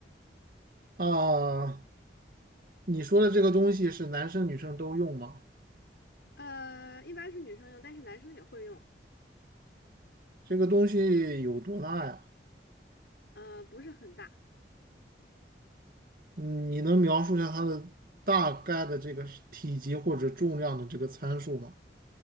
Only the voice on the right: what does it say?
啊，你说的这个东西是男生女生都用吗？
这个东西有多大呀？
嗯你能描述一下它的大概的这个是体积或者重量的这个参数吗？